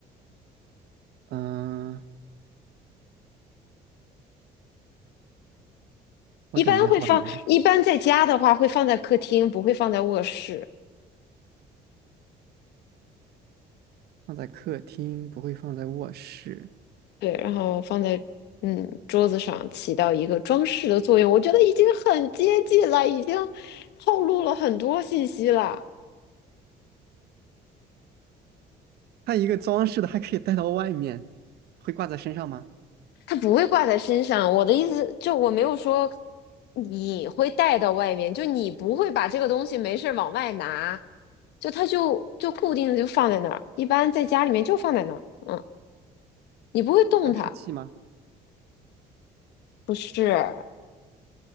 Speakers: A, on the right; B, on the left.
A: 嗯，我感觉好难，
B: 一般会放，一般在家的话会放在客厅，不会放在卧室。
A: 放在客厅不会放在卧室。
B: 对，然后放在嗯桌子上，起到一个装饰的作用。我觉得已经很接近了，已经透露了很多信息了。
A: 它一个装饰的还可以带到外面，会挂在身上吗？
B: 它不会挂在身上。我的意思就我没有说你会带到外面，就你不会把这个东西没事儿往外拿，就它就就固定的就放在那儿。一般在家里面就放在那儿，嗯，你不会动它。
A: 加湿器吗？
B: 不是，